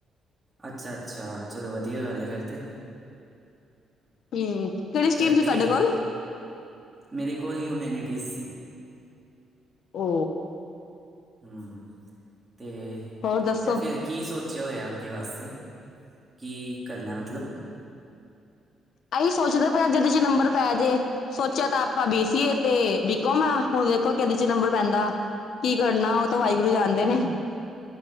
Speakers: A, on the right; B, on the left.
A: ਅੱਛਾ ਅੱਛਾ ਚਲੋ ਵਧੀਆ ਗੱਲ ਹੈ ਫੇਰ ਤੇ।
B: ਹੂੰ ਕਿਹੜੀ ਸਟੀਮ
A: ਅ,
B: ਸੀ
A: ਤੇ
B: ਤੁਹਾਡੇ ਕੋਲ।
A: ਮੇਰੇ ਕੋਲ ਹਿਊਮੈਨਿਟੀਜ਼ ਸੀ।
B: ਓ
A: ਹੂਂ। ਤੇ
B: ਹੋਰ ਦੱਸੋ
A: ਫੈਰ ਕੀ ਸੋਚਿਆ ਹੋਇਆ। ਅੱਗੇ ਵਾਸਤੇ ਕੀ ਕਰਨਾ ਐ ਮਤਲਬ।
B: ਏਈ ਸੋਚਦੇ ਪਏ ਜਿਹਦੇ ਚ ਨੰਬਰ ਪੈ ਜੇ ਸੋਚਿਆ ਤਾਂ ਆਪਾਂ ਬੀਸੀ ਏ ਤੇ ਬੀਕੋਮ ਆ ਹੁਣ ਵੇਖੋ ਕਿਦੇ ਚ ਨੰਬਰ ਪੈਂਦਾ। ਕੀ ਕਰਨਾ ਉਹ ਤਾਂ ਵਾਹਿਗੁਰੂ ਜਾਣਦੇ ਨੇ।